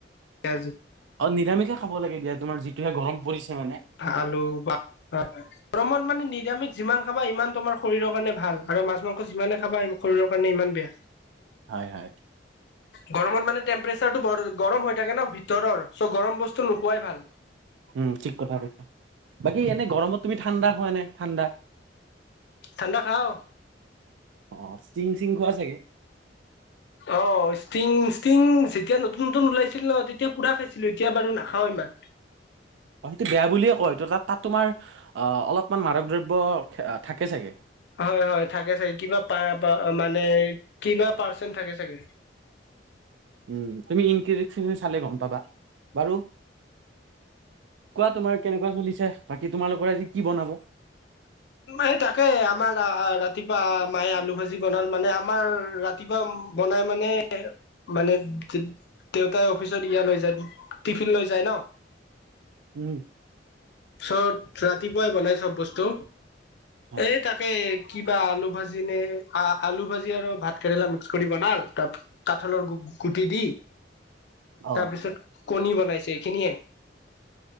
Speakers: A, on the left; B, on the right.
A: আজি
B: অ' নিৰামিষে খাব লাগে দিয়া তোমাৰ যিটোহে গৰম পৰিছে। মানে
A: আলু বা গৰমত। মানে নিৰামিষ যিমান খাবা ইমান তোমাৰ শৰীৰৰ কাৰণে ভাল আৰু মাছ মাংস যিমানে খাবা শৰৰ কাৰণে ইমান বেয়া।
B: হয় হয়
A: গৰমত মানে টেম্পৰেচাৰটো বৰ গৰম হৈ থাকে ন ভিতৰৰ। চ' গৰম বস্তু নোখোৱাই ভাল।
B: উম ঠিক কথা কৈছা বাকী এনে গৰমত তুমি ঠাণ্ডা খোৱা নে ঠাণ্ডা।
A: ঠাণ্ডা খাওঁ।
B: অ' ষ্টিং চিং খোৱা চাগে।
A: অ' ষ্টিং ষ্টিং যেতিয়া নতুন নতুন ওলাইছিল ন তেতিয়া পু়ৰা খাইছিলো। এতিয়া বাৰু নাখাওঁ ইমান।
B: <inaudible> অ' সেইটো বেয়া বুলিয়ে কয় ত তাত তাত তোমাৰ অ' অলপমান মাদক দ্ৰব্য থাকে চাগে।
A: হয়, হয়, থাকে চাগে কিবা প মানে কিবা পাৰ্চেন্ট থাকে চাগে।
B: উম, তুমি ইনকেফেজুচটো চালে গ'ম পাবা বাৰু। কোৱা তোমাৰ কেনেকুৱা চলিছে, বাকী তোমালোকৰ আজি কি বনাব।
A: এই তাকে আমাৰ ৰাতিপুৱা মায়ে আলু ভাজি বনাল মানে আমাৰ ৰাতি। বনাই মানে। মানে দেউতাই অফিচত ইয়া লৈ যায় টিফিন লৈ যায় ন।
B: উম
A: চ'ব ৰাতিপুৱাই বনাই চ'ব বস্তু।
B: হয়
A: এ তাকে কিবা আলু ভাজি নে আলু ভাজি আৰু ভাত কেৰেলা মিক্স কৰি বনাল তাৰ কাঠলৰ গু গুটি দি।
B: অ
A: তাৰপিছত কণী বনাইছে এইখিনিয়ে।